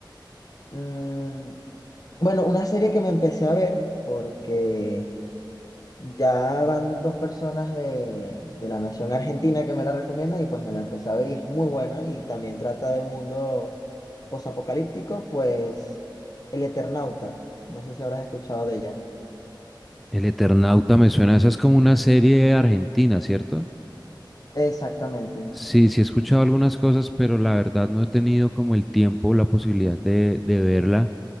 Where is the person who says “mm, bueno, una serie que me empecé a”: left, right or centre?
Left